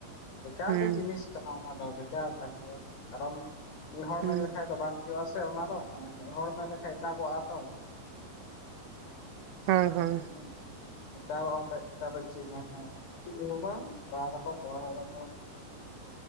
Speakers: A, on the left; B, on the right.
A: <inaudible> ᱵᱮᱠᱟᱨ
B: ᱦᱩᱸ
A: ᱜᱮ ᱡᱤᱱᱤᱥ ᱠᱟᱱᱟ ᱚᱱᱟ ᱫᱚ ᱵᱮᱠᱟᱨ ᱠᱟᱱ ᱜᱮᱭᱟ, ᱠᱟᱨᱚᱱ ᱢᱤᱫ ᱦᱚᱲ
B: ᱦᱩᱸ
A: ᱢᱮᱱ ᱞᱮᱠᱷᱟ ᱫᱚ ᱵᱟᱝ ᱦᱩᱭᱩᱜ ᱟᱥᱮ ᱚᱱᱟ ᱫᱚ ᱢᱟᱱᱮ ᱢᱤᱫ ᱦᱚᱲ ᱢᱮᱱ ᱞᱮᱠᱷᱟᱱ ᱮᱴᱟᱜᱚᱜᱼᱟ ᱛᱚ
B: ᱦᱳᱭ ᱦᱳᱭ
A: ᱦᱸ <unintelligible> ᱮᱴᱟᱜᱚ ᱦᱚᱛᱮ ᱛᱮ ᱟᱫᱚ ᱪᱮᱫ ᱮᱢ ᱪᱮᱫ ᱦᱚᱸ ᱵᱟᱝ ᱠᱚᱨᱟᱣ ᱫᱟᱠᱚ ᱠᱚᱨᱟᱣ ᱫᱟᱠᱚ